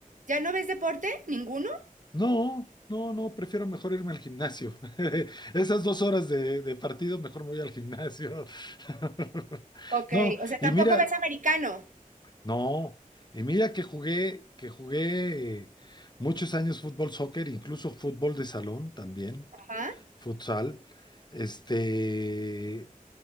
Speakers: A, on the right (about 65°); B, on the left (about 30°).
A: ¿Ya no ves deporte? ¿Ninguno?
B: No, no, no, prefiero mejor irme al gimnasio. <laughs> Esas dos horas de, de partido, mejor me voy al gimnasio. <laughs>
A: Ok,
B: No,
A: o sea,
B: y
A: tampoco
B: mira,
A: ves americano.
B: no, y mira que jugué, que jugué eh, muchos años fútbol, soccer, incluso fútbol de salón también,
A: Ajá,
B: futsal. Este,